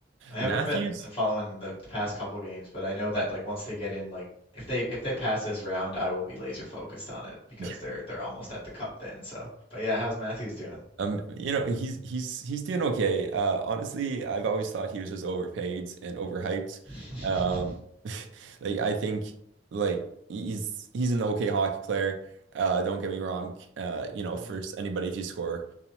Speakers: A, on the left; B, on the right.
A: I haven't
B: Matthews,
A: been following the, the past couple games, but I know that like once they get in, like if they if they pass this round, I will be laser focused on it because
B: <laughs>
A: they're they're almost at the cup then. So, but yeah, how's Matthews doing?
B: Um, you know, he's he's he's doing okay. Uh, honestly, I've always thought he was just overpaid and overhyped.
A: <laughs>
B: Um, <laughs> like I think like he's he's an okay hockey player. Uh, don't get me wrong. Uh, you know,
A: Hmm.
B: for anybody to score